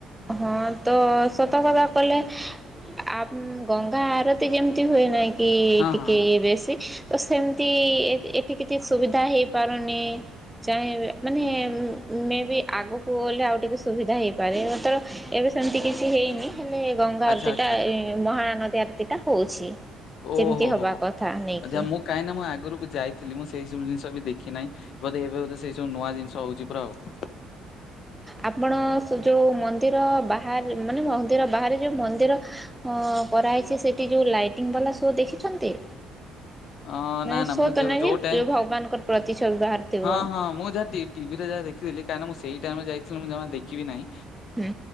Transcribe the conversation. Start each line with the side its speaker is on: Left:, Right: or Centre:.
Centre: ହଁ ତ ସତ କଥା କଲେ ଆ ଗଙ୍ଗା ଆରତି ଯେମିତି ହୁଏ ନାହିଁ। କି
Left: ହଁ
Centre: ଟିକେ
Left: ହଁ
Centre: ବେଶୀ ତ ସେମିତି ଏଠି କିଛି ସୁବିଧା ହେଇପାରୁନି ଚାହିେଁବେ ମାନେ ମେ ବି ଆଗକୁ ଗଲେ ଆଉ ଟିକେ ସୁବିଧା ହେଇପାରେ ତର ଏବେ ସେମିତି କିଛି ହେଇନି। ହେଲେ ଗଙ୍ଗା
Left: ଆଚ୍ଛା
Centre: ଆରତୀ
Left: ଆଚ୍ଛା
Centre: ଟା
Left: ଆଚ୍ଛା
Centre: ଏ ମହାନଦୀ ମିତିକା ହଉଛି।
Left: ଓହୋ
Centre: ଯେମିତି ହବା
Left: ହୋ
Centre: କଥା ନେଇକି
Left: ଆଛ ମୁଁ କାହିଁକି ନା ମୁଁ ଆଗରୁକୁ ଯାଇଥିଲି ମୁଁ ସେଇ ସବୁ ଜିନିଷ ଦେଖି ନାହିଁ ବୋଧେ ଏବେ ବୋଧ ସେଇ ସବୁ ନୂଆ ଜିନିଷ ହଉଛି ପୁରା ଆଉ।
Centre: ଆପଣ ଯୋଉ ମନ୍ଦିର ବାହାରେ ମାନେ ମନ୍ଦିର ବାହାରେ ଯୋଉ ମନ୍ଦିର କରାହେଇଛି ସେଠି ଯୋଉ ଲାଇଟିଙ୍ଗ ବାଲା ସୋ ଦେଖିଛନ୍ତି?
Left: ଅଁ
Centre: ନାଇଁ
Left: ନା ନା
Centre: ସୋ
Left: ମୁଁ
Centre: ତ
Left: ଯ
Centre: ନାଇଁ
Left: ଯୋଉଟା
Centre: ଯେ ପ୍ରିୟ ଭଗବାନଙ୍କର ପ୍ରତିଛବି ବାହାରିଥିବ।
Left: ହଁ ହଁ ମୁଁ ଯାହା ଟିଭିରେ ଯାହା ଦେଖିଥିଲି କାହିଁକ ମୁ ସେଇ ଟାଇମରେ ଯାଇଥିଲ ମୁଁ ଜମା ଦେଖିବି ନାହିଁ।
Centre: ହୁଁ